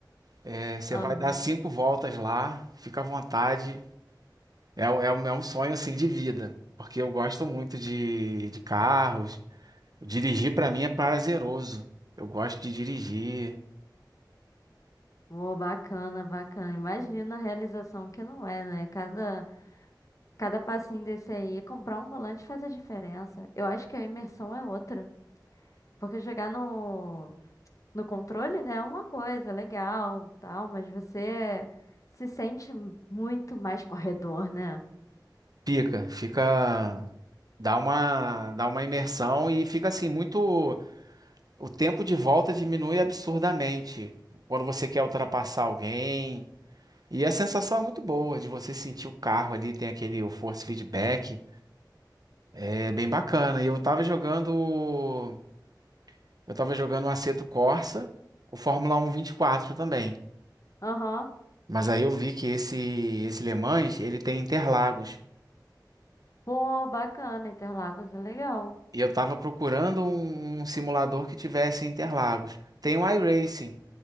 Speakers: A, on the right (about 55°); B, on the left (about 45°).
A: é, você
B: Aham.
A: vai dar cinco voltas lá. Fica à vontade. É, um- é, um- é um sonho assim de vida, porque eu gosto muito de, de carros. Dirigir pra mim é prazeroso. Eu gosto de dirigir.
B: Pô, bacana, bacana. Imagina a realização que não é, né? Cada Cada passinho desse aí, comprar um volante faz a diferença. Eu acho que a imersão é outra. Porque jogar no, no controle, né, é uma coisa legal, tal, mas você se sente muito mais <laughs> corredor, né?
A: Fica, fica, dá uma, dá uma imersão e fica assim muito. O tempo de volta diminui absurdamente quando você quer ultrapassar alguém. E a sensação é muito boa de você sentir o carro ali, tem aquele o force feedback. É bem bacana. E eu tava jogando. Eu tava jogando o Assetto Corsa, o Fórmula Um vinte e quatro também.
B: Aham.
A: Mas aí eu vi que esse esse Le Mans, ele tem Interlagos.
B: Pô, bacana, Interlagos é legal.
A: E eu tava procurando um, um simulador que tivesse Interlagos. Tem o iRacing.